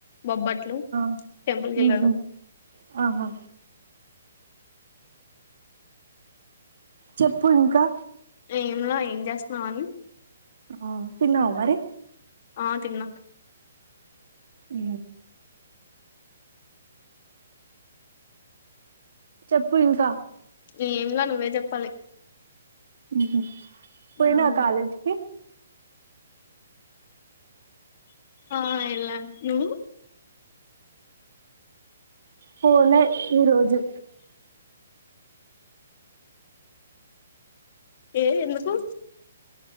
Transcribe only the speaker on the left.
బొబ్బట్లు
టెంపుల్కి వెళ్ళాడం
ఏం లా ఏ చేస్తున్నావ్ అని
ఆ తిన్నా
ఏమిలా నువ్వే చెప్పాలి
ఉమ్,
ఆ వెళ్ళా నువ్వు
లేదు ఎందుకు